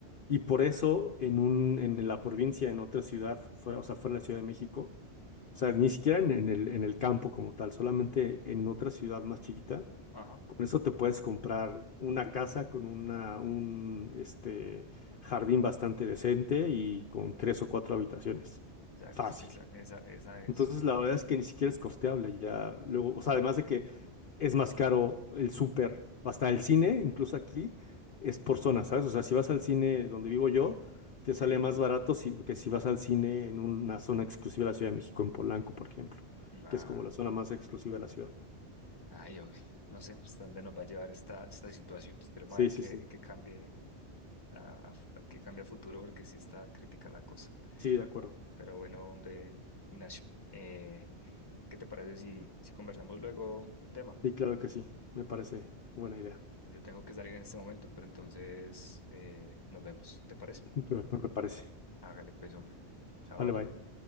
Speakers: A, on the left; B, on the left.
A: Y por eso, en un, en la provincia, en otra ciudad, fuera, o sea, fuera de la Ciudad de México, o sea, ni siquiera en, en el, en el campo como tal, solamente en otra ciudad más chiquita.
B: Ajá,
A: Con eso te puedes comprar una casa con una, un este, jardín bastante decente y con tres o cuatro habitaciones.
B: exacto.
A: Fácil.
B: Esa, esa, esa es.
A: Entonces, la verdad es que ni siquiera es costeable ya. Luego, o sea, además de que es más caro el súper, hasta el cine, incluso aquí, es por zona, ¿sabes? O sea, si vas al cine donde vivo yo, te sale
B: Sí.
A: más barato si- que si vas al cine en una zona exclusiva de la Ciudad de México, en Polanco, por ejemplo,
B: Nah,
A: que es como la zona más exclusiva de la ciudad.
B: Ay, hombre, no sé hasta dónde nos va a llevar esta, esta situación. Esperemos
A: Sí,
B: a ver
A: sí,
B: qué,
A: sí.
B: qué cambie a, a- a qué cambie a futuro, porque sí está crítica la cosa.
A: Sí, de acuerdo.
B: Pero bueno, hombre, Ignacio, eh, ¿qué te parece si, si conversamos luego el tema?
A: Sí, claro que sí. Me parece buena idea.
B: Yo tengo que salir en este momento, pero entonces eh, nos vemos. ¿Te parece?
A: <laughs> Me parece.
B: Hágale pues, hombre. Chao.
A: Vale, bye.